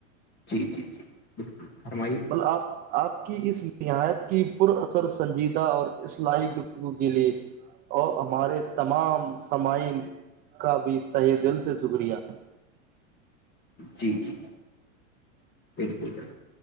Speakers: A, on the left (about 25°); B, on the right (about 25°).
A: جی جی جی بالکل فرمائیے
B: مطلب آپ آپ کی اس نہایت کی پر اثر سنجیدہ اور اصلاحی گفتگو کے لیے اور ہمارے تمام سمعین کا بھی تہ دل سے شکریہ ہے
A: جی جی پڑک ج